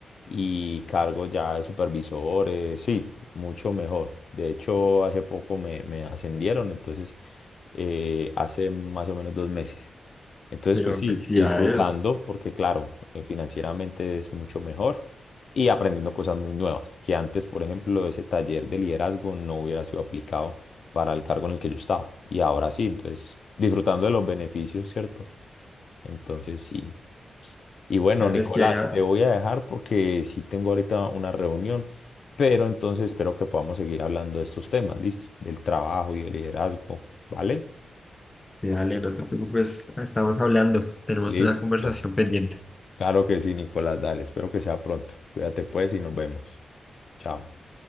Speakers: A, on the left; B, on the left.
A: y cargos ya de supervisores. Sí, mucho mejor. De hecho, hace poco me, me ascendieron, entonces, eh, hace más o menos dos meses. Entonces,
B: Pero
A: pues sí,
B: felicidades.
A: disfrutando, porque claro, eh, financieramente es mucho mejor y aprendiendo cosas muy nuevas, que antes, por ejemplo, ese taller de liderazgo no hubiera sido aplicado para el cargo en el que yo estaba. Y ahora sí, entonces, disfrutando de los beneficios, ¿cierto? Entonces, sí. Y bueno,
B: Claro,
A: Nicolás,
B: es que ya,
A: te voy a dejar porque sí tengo ahorita una reunión, pero entonces espero que podamos seguir hablando de estos temas, ¿listo? Del trabajo y del liderazgo, ¿vale?
B: dale, no te preocupes. Estamos hablando, tenemos
A: Listo.
B: una conversación pendiente.
A: Claro que sí, Nicolás, dale, espero que sea pronto. Cuídate pues y nos vemos. Chao.